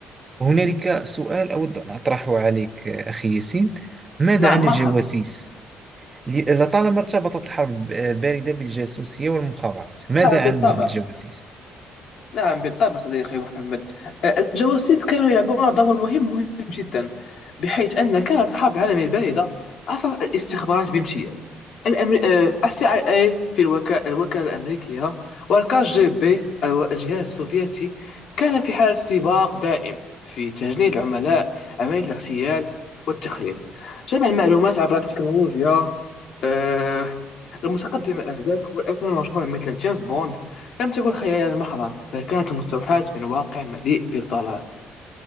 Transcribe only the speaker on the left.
نعم
مرحبا
نعم بالطبع
نعم بالطبع صديقي محمد أه، الجواسيس كانوا يلعبون دور مهم مهم جدا بحيث أن كانت الحرب العالمية الباردة عصر الاستخبارات بامتياز الأمر... أه، السي اي اي في الوكالة, الوكالة الأمريكية والكاج جي بي أو الجهاز السوفيتي كان في حالة سباق دائم في تجنيد العملاء عملية الاغتيال والتخريب جمع المعلومات عبر التكنولوجيا آه، المتقدمة آنذاك والأفلام المشهورة مثل جيمس بوند لم تكن خيالا محضا بل كانت مستوحاة من واقع مليء بالضلال